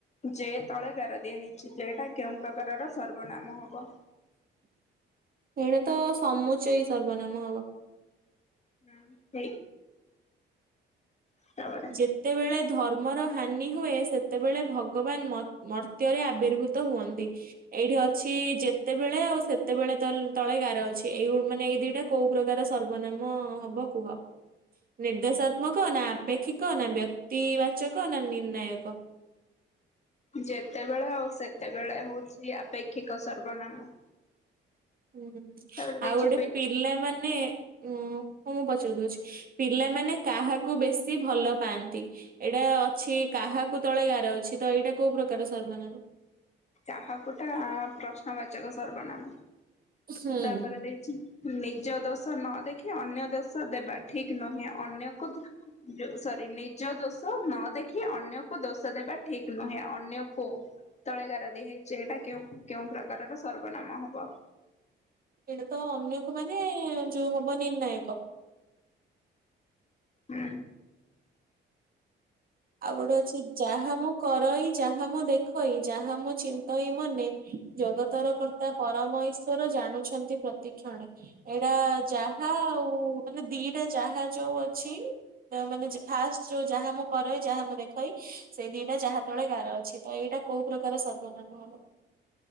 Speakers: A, on the left; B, on the right.
A: ଯେ ତଳେ ଗାର ଦିଆ ହେଇଚି ଯେ ଟା କେଉଁ ପ୍ରକାରର ସର୍ବନାମ ହବ?
B: ଏଇଟା ତ ସମୁଚୟି ସର୍ବନାମ ହବ।
A: ହୁଁ ସେଇ <inaudible>
B: ଯେତେବେଳେ ଧର୍ମର ହାନି ହୁଏ, ସେତେବେଳେ ଭଗବାନ ମତ୍ ମର୍ତ୍ୟରେ ଆବିର୍ଭୁତ ହୁଅନ୍ତି। ଏଇଠି ଅଛି ଯେତେବେଳେ ଆଉ ସେତେବେଳେ ତଲ ତଳେ ଗାର ଅଛି ଏଉ ମାନେ ଏଇ ଦିଟା କୋଉ ପ୍ରକାର ସର୍ବନାମ ହବ କୁହ? ନିର୍ଦ୍ଦେଶାତ୍ମକ ନା ଆପେକ୍ଷିକ ନା ବବ୍ୟକ୍ତି ବାଚକ ନା ନିର୍ଣ୍ଣାୟକ?
A: ଯେତେବେଳେ ଆଉ ସେତେବେଳେ ହଉଛି ଆପେକ୍ଷିକ ସର୍ବନାମ।
B: ହୁଁ
A: ତାପରେ ଦେଇଛି
B: ଆଉ ଗୋଟେ ପିଲାମାନେ ଉଁ ହଁ ମୁଁ ପଚାରି ଦଉଛି, ପିଲାମାନେ କାହାକୁ ବେଶୀ ଭଲ ପାଆନ୍ତି? ଏଇଟା ଅଛି କାହାକୁ ତଳେ ଗାର ଅଛି ତ ଏଇଟା କୋଉ ପ୍ରକାର ସର୍ବନାମ?
A: କାହାକୁଟା ଆ ପ୍ରଶ୍ନବାଚକ ସର୍ବନାମ,
B: ହୁଁ
A: ତାପରେ ଦେଇଚି ନିଜ ଦୋଷ ନଦେଖି ଅନ୍ୟ ଦୋଷ ଦେବା ଠିକ ନୁହେଁ ଅନ୍ୟକୁ ଯୋ ସରି ନିଜ ଦୋଷ ନଦେଖି ଅନ୍ୟକୁ ଦୋଷ ଦେବା ଠିକ ନୁହେଁ ଅନ୍ୟକୁ ତଳେ ଗାର ଦିଏ ହେଇଚି ଏଇଟା କେଉ କେଉଁ ପ୍ରକାରର ସର୍ବନାମ ହବ?
B: ଏଇଟାତ ଅନ୍ୟକୁ ମାନେ ଯୋଉ ହବ ନିର୍ଣ୍ଣାୟକ।
A: ହୁଁ
B: ଆଉ ଗୋଟେ ଅଛି ଯାହା ମୁଁ କରଇ ଯାହା ମୁଁ ଦେଖଇ ଯାହା ମୁଁ ଚିନ୍ତଇ ମନେ ଜଗତର କର୍ତ୍ତା ପରମଇଶ୍ଵର ଜାଣୁଛନ୍ତି ପ୍ରତିକ୍ଷଣେ। ଏଇଟା ଯାହା ଆଉ ମାନେ ଦିଇଟା ଯାହା ଯୋଉ ଅଛି ତ ମାନେ ଫାଷ୍ଟ ଯୋଉ ଯାହା ମୁଁ କରଇ ଯାହା ମୁଁ ଦେଖଇ ସେ ଦିଟା ଯାହା ତଳେ ଗାର ଅଛି ତ ଏଇଟା କୋଉ ପ୍ରକାର ସର୍ବନାମ ହବ?